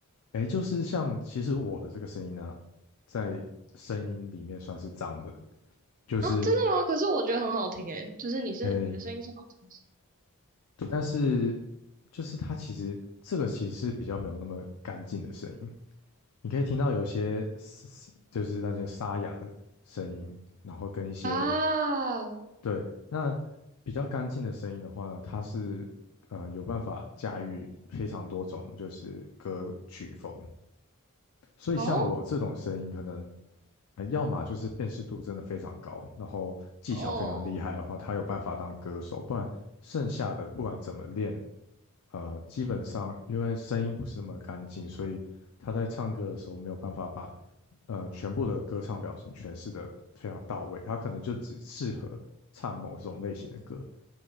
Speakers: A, on the left (about 80°); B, on the right (about 40°).
A: 诶，就是像其实我的这个声音呢、在声音里面算是脏的，就是
B: 啊，真的吗？可是我觉得很好听诶，就是你是你的声音是好听的
A: 诶，对，但是就是它其实这个其实是比较没有那么干净的声音。你可以听到有一些嘶嘶就是那些沙哑的声音，然后跟一些
B: 啊，
A: 对那比较干净的声音的话呢，它是呃有办法驾驭非常多种就是歌曲风，所以像我这种声音，
B: 哦
A: 可能呃要么就是辨识度真的非常高，然后技巧非常厉害的话，
B: 哦，
A: 他有办法当歌手，不然剩下的不管怎么练。呃，基本上因为声音不是那么干净，所以他在唱歌的时候没有办法把呃全部的歌唱表情诠释的非常到位，他可能就只适合唱某种类型的歌。